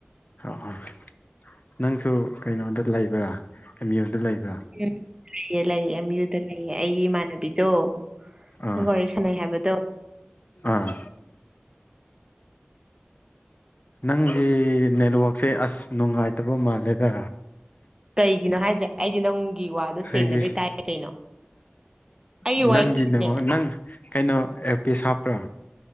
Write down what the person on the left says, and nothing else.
ꯑꯣ ꯅꯪꯁꯨ ꯀꯩꯅꯣꯗ ꯂꯩꯕ꯭ꯔꯥ ꯑꯦꯝ ꯌꯨꯗ ꯂꯩꯕ꯭ꯔꯥ
ꯑꯥ
ꯑꯥ ꯅꯪꯒꯤ ꯅꯦꯠꯋꯥꯛꯁꯦ ꯑꯁ ꯅꯨꯡꯉꯥꯏꯇꯕ ꯃꯥꯜꯂꯦꯗ
ꯑꯩꯒꯤ
ꯅꯪꯒꯤ ꯅꯦꯠꯋꯥꯛ
ꯅꯪ ꯀꯩꯅꯣ ꯑꯦꯌꯔꯄꯤꯁ ꯍꯥꯞꯄ꯭ꯔꯥ